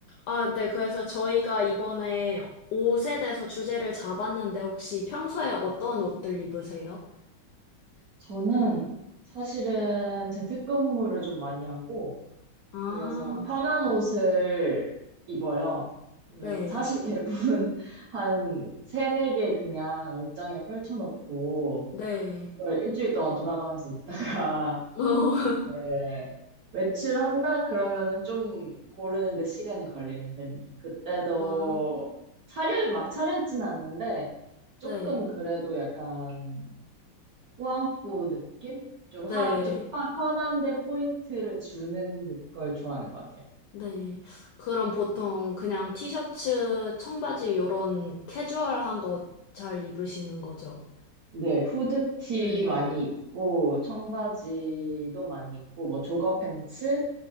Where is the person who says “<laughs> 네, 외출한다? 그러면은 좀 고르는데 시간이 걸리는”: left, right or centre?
Right